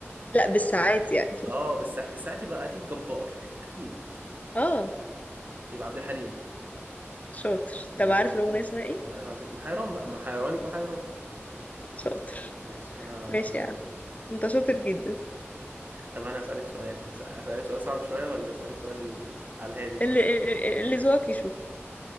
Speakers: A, on the left (about 30°); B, on the right (about 40°).
A: لا بالساعات يعني <laughs>
B: اه بس بالساعات يبقى اكيد جبار اكيد
A: اه
B: يبقى عبد الحليم
A: شاطر
B: والله
A: طب عارف
B: العظيم
A: الأغنية اسمها ايه؟
B: والله العظيم حيران بقى ما حيران يبقى حيران
A: شاطر
B: ماشي انا
A: ماشي يا
B: جنبك
A: عم انت شاطر جدا
B: طب انا هسألك سؤال س- هسألك سؤال صعب شوية ولا هسألك سؤال على الهادي
A: اللي اللي اللي ذوقك يشوف